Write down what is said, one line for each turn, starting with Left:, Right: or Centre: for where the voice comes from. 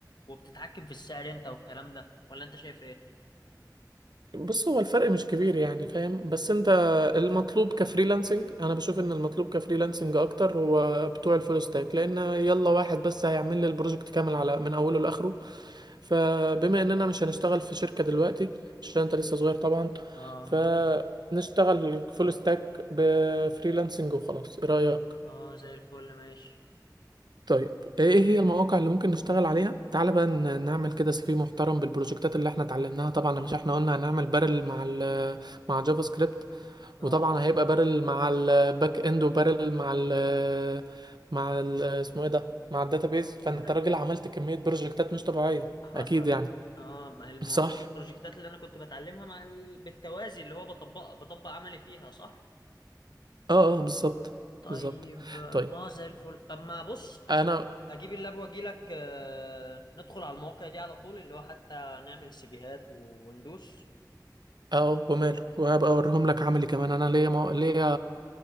Left: وبتتحكم في السعر انت والكلام ده ولا انت شايف ايه
Right: بص هو الفرق مش كبير يعني فاهم بس انت المطلوب كفريلانسنج انا بشوف ان المطلوب كفريلانسنج اكتر هو بتوع الفول ستاك لان يلا واحد بس هيعمل لي البروجكت كامل على من اوله لاخره فبما اننا مش هنشتغل في شركة دلوقتي عشان انت لسه صغير طبعا
Left: اه
Right: فنشتغل
Left: ماشي
Right: فول ستاك بفريلانسنج وخلاص ايه رأيك
Left: اه زي الفل ماشي
Right: طيب ايه إيه هي المواقع اللي ممكن نشتغل عليها تعال بقى ن- نعمل كده سي في محترم بالبروجكتات اللي احنا اتعلمناها طبعا مش احنا قلنا هنعمل بارل مع ال مع جافا سكريبت
Left: اه
Right: وطبعا هيبقى بارل مع الباك اند وبارل مع ال مع ال اسمه ايه ده مع الداتابيز فانت
Left: مع الد-
Right: راجل عملت كمية بروجكتات مش طبيعية
Left: حصل
Right: اكيد يعني
Left: اه ما
Right: <laughs>
Left: المفروض
Right: صح
Left: البروجكتات اللي انا كنت بتعلمها مع ال... بالتوازي اللي هو بطبق بطبق عملي فيها صح
Right: اه اه بالظبط
Left: طيب
Right: بالظبط
Left: اه
Right: طيب
Left: زي الفل طب ما بص أج...
Right: انا
Left: اجيب اللاب واجي لك آه... ندخل على المواقع دي على طول اللي هو حتى نعمل سيفيهات وندوس
Right: اه وماله وهبقى اوريهم لك عملي كمان انا ليا مو... ليا